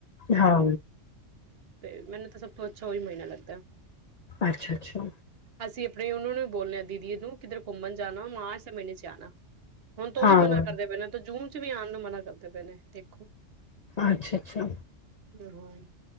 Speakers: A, on the left; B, on the right.
A: ਹਾਂ
B: ਤੇ ਮੈਨੂੰ ਤਾਂ ਸਭ ਤੋਂ ਅੱਛਾ ਉਹੀ ਮਹੀਨਾ ਲੱਗਦਾ
A: ਅੱਛਾ ਅੱਛਾ
B: ਅਸੀਂ ਆਪਣੇ ਉਹਨਾਂ ਨੂੰ ਬੋਲਦੇਿਆ ਦੀਦੀ ਨੂੰ ਕਿੱਧਰ ਘੁੰਮਣ ਜਾਣਾ ਮਾਰ ਮੇਨੇ ਚ ਆਉਣਾ ਹੁਣ ਤ ਉਹ
A: ਹਾਂ
B: ਵੀ ਮਨਾ ਕਰਦੇ ਪਏ ਨੇ ਤੋਂ ਜੂਨ। ਕੁ ਵੀ ਆਉਣ ਨੂੰ ਮਨਾ ਕਰਦੇ ਪਏ ਨੇ ਦੇਖੋ।
A: ਅੱਛਾ ਅੱਛਾ
B: ਹਾਂ